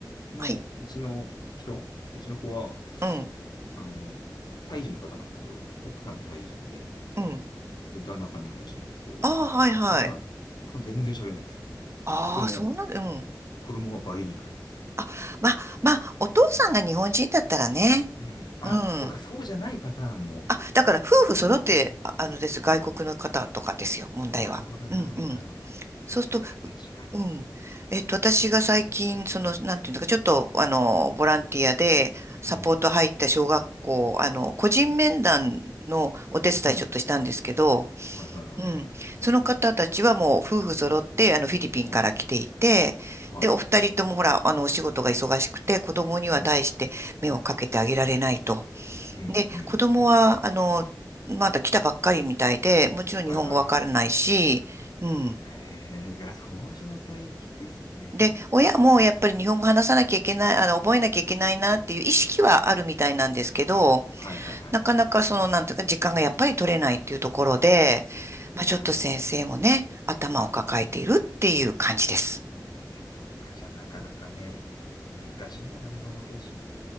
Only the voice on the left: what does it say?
のうちの人、
うちの子は、
あの、タイ人の方なんですけど、奥さんタイ人で、
で、旦那さん日本人なんですけど、
奥さん、奥さん全然喋れないんですよ。
でも、
子供はバイリンガルです。
うん。あ、
そっか、そうじゃないパターンも
あるんですね。
うん。
なるほど、
なるほど、なるほど。
そら、確かに。
うん。
うんはいはいはいは
いはい。うん。は
い。うん。うん、
うん、
うん。
はいはいはい。
へえ、いや、その状態きついっすね。
はいはいはいはい。
なるほど。
うんうんうん。いや、そっか、じゃあなかなかね、難しいんだな、日本語教師も。